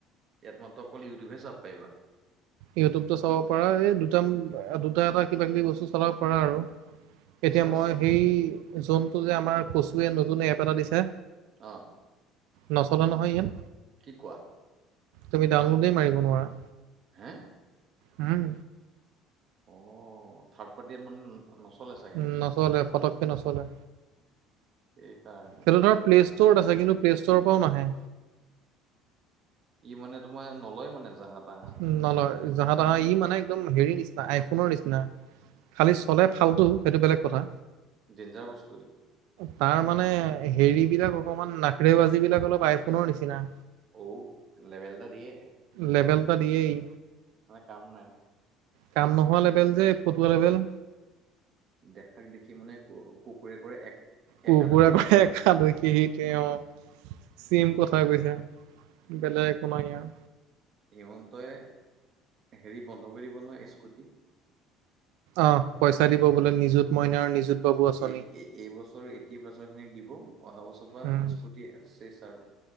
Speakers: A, on the right (about 35°); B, on the right (about 80°).
A: ইয়াত মাত্ৰ অকল ইউটোব হে চাব পাৰিবা
B: ইউটিউবতো চাব পাৰা এই দুট দুটা এটা কিবা কিবি বস্তু চলাব পাৰা আৰু এতিয়া
A: চাৰ্চ
B: মই সেই যোনটো যে আমাৰ কচুৱে নতুন এপ এটা দিছে
A: অ
B: নচলে নহয় ইয়াত
A: কি কোৱা
B: তুমি ডাউনলোডেই মাৰিব নোৱাৰা
A: হেএ
B: উম
A: অ থাৰ্ড পাৰ্টিয়ে মান নচলে চ
B: উম নচলে পটককে নচলে
A: সেই কাৰনে
B: সেইটো ধৰ প্লে ষ্ট'ৰত আছে কিন্তু প্লে ষ্ট'ৰ পৰাও নাহে
A: ই মানে তোমাৰ নলয় মানে জাহা তাহা
B: উম নলয় জাহা তাহা ই মানে একদম হেৰি নিচিনা আইফোনৰ নিচিনা। খালি চলে ফালটো সেইটো বেলেগ কথা।
A: ডেঞ্জাৰ বস্তু ই।
B: তাৰ মানে হেৰি বিলাক অকমান নাখৰে বাজি বিলাক অলপ আইফোনৰ নিচিনা।
A: অউ লেবেল এটা দিয়ে।
B: লেবেল এটা দিয়েই ই।
A: আমাৰ কাম নাই।
B: কাম নোহোৱা লেবেল যে ফটোৱা লেবেল।
A: দেখাক দেখি মানে কুকুৰে কৰে এক
B: কুকুৰে
A: একাদশী
B: পৰালখীহি
A: নিচিনা আৰু
B: তেওঁ চিম কঠ। হৈ বুজিছা বেলেগ একো নাই ইয়াৰ।
A: হিমন্তই হেৰি বন্ধ কৰি দিব নহয় স্কুটি।
B: অঁ, পইচা দিব বোলে নিজুত মইনাৰ নিজুত বাবু আঁচনি
A: এই বছৰ এইট্টি পাৰ্চেণ্ট খিনিক দিব অহা বছৰ বা
B: উম
A: স্কুটিছেচ আৰু